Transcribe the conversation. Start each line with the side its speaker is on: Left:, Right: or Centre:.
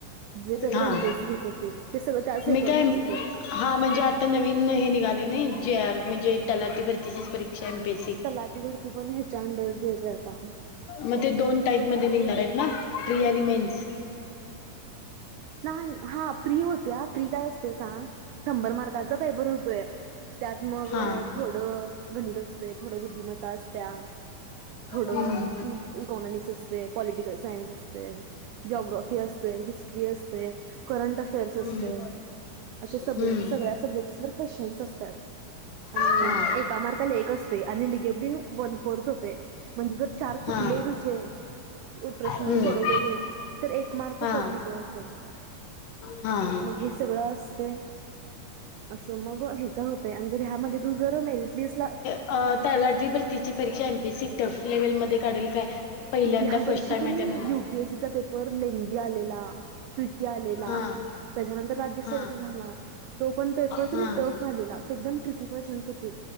Right: जे पेपर
Left: हा
Right: एमपीएसी घेते ते ते सगळं त्याच याच्यावर
Left: मी काय
Right: भरायचं
Left: हा म्हणजे आता नवीन हे निघाले नाही जीआर म्हणजे तलाठी भरतीचीच परीक्षा एमपी
Right: तलाठी भरती पण ह्याच्या अंडर येत आता
Left: मग ते दोन टाईप मध्ये निघणार आहेत ना प्री आणि मेन्स
Right: नाही हा फ्री होत्या फ्री काय असते शंभर मार्काचा पेपर होतोयं त्यात मग
Left: हा
Right: थोडं गणित असतय थोडं बुद्धिमत्ता असत्या थोडं
Left: हम्म
Right: इकॉनॉमिक्स असतय पॉलिटिकल सायन्स असतय जॉग्राफी असतय, हिस्ट्री असतय, करंट अफेअर्स असतय
Left: हम्म
Right: अशे सग
Left: हम्म
Right: सगळ्या सब्जेक्ट क्वेश्चन्स असतात आणि
Left: हम्म
Right: एक एका मार्काला एक असतय आणि वन फोर्थ होतय म्हणजे जर चार तुझे
Left: हा हा
Right: प्रश्न
Left: हम्म
Right: सोडवलेले तर एक मार्क
Left: हा
Right: कट होतयं असं
Left: हा हा
Right: हे सगळं असतय असं मग ह्याच होतंय आणि जर ह्यामध्ये तू जर मेरिट लिस्ट ला
Left: अ तलाठी भरतीची परीक्षा एमपीससी टफ लेव्हल मध्ये काढल काय पहिल्यांदा
Right: या
Left: फर्स्ट
Right: वर्षी
Left: टाइम
Right: कणी
Left: आहे त्या म्हणाव
Right: युपीएससी पेपर लेंगी आलेला तुर्की आलेला
Left: हा
Right: त्याच्यानंतर राज्य सेवेचा
Left: हा
Right: झाला तो पण पेपर
Left: हा
Right: तरी
Left: हा
Right: टफ आलेला एकदम ट्रिकी क्वेशचन्स होतीत